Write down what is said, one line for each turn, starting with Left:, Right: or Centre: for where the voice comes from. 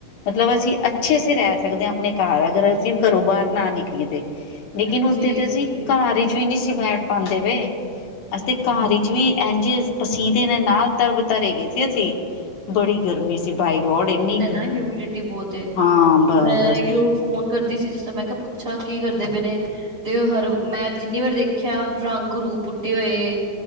Left: ਮਤਲਬ ਅਸੀਂ ਅੱਛੇ
Right: ਹਮ,
Left: ਸੇ ਰੈ ਸਕਦੇ ਆਂ ਆਪਨੇ ਘਾਰ, ਅਗਰ ਅਸੀਂ ਘਰੋਂ ਬਾਰ ਨਾ ਨਿਕਲੀਏਂ ਤੇ। ਲੇਕਿਨ
Right: ਹਾਂਜੀ
Left: ਉੱਥੇ ਤਾਂ ਅਸੀਂ
Right: ਹਾਂਜੀ,
Left: ਘਰ ਵਿਚ ਵੀ ਨਹੀਂ ਸੀ ਬੈਠ ਪਾਉਂਦੇ ਪਏ ਅਸੀਂ ਤੇ ਘਰ
Right: ਹਾਂ
Left: ਵਿਚ ਵੀ ਇਝੇ ਪਸੀਦੇ ਨੇ ਨਾਲ ਤਰਬ ਤਰੇ ਗਏ ਸੀੇ ਅਸੀਂ ਬੜੀ ਗਰਮੀ ਸੀ ਬਾਈਗੋਡ ਇੰਨੀ ਗਰਮੀ
Right: ਨਾ ਹੂਮਿਡ ਟੀ ਬਹੁਤ ਹੈ
Left: ਹਾਂ ਬਸ
Right: ਮੈਂ
Left: ਬਸ
Right: ਇਓ ਫੋਨ ਕਰਦੀ ਸੀ ਜਿਸ ਤਰ੍ਹਾਂ ਮੈਂ ਕਿਹਾ ਪੁੱਛਾਂ ਕੀ ਕਰਦੇ ਪ ਨੇ ਤੇ ਹਰ ਮੈਂ ਜਿੰਨੀ ਵਾਰ ਦੇਖਿਆ ਰੰਗ ਰੂਪ ਉੱਡੇ ਹੋਏ